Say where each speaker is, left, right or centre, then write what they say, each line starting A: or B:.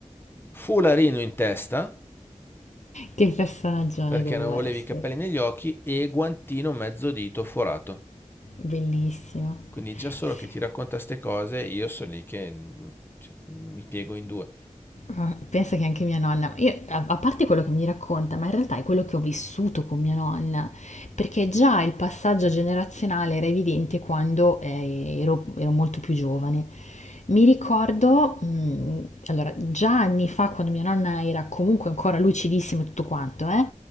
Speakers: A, on the left (about 15°); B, on the left (about 65°).
A: fularino in testa
B: Che personaggione
A: perché
B: doveva
A: non volevi
B: essere.
A: i capelli negli occhi e guantino mezzo dito forato.
B: Bellissimo.
A: Quindi già solo
B: Sì.
A: che ti racconta ste cose, io sono lì che mm, cioè, mi piego in due.
B: Ah, Pensa che anche mia nonna, io, a a parte quello che mi racconta, ma in realtà è quello che ho vissuto con mia nonna, perché già il passaggio generazionale era evidente quando eh, ero, ero molto più giovane. Mi ricordo, mh, allora, già anni fa, quando mia nonna era comunque ancora lucidissima e tutto quanto, eh,